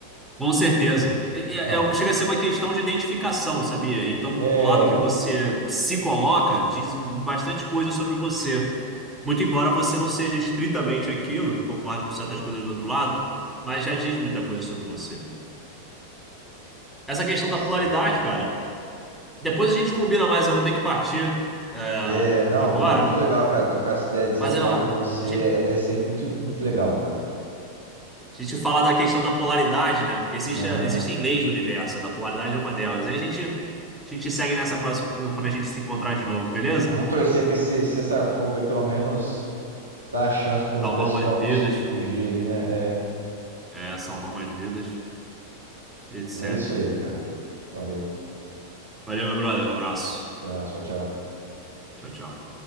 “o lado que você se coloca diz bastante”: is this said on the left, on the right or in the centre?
Centre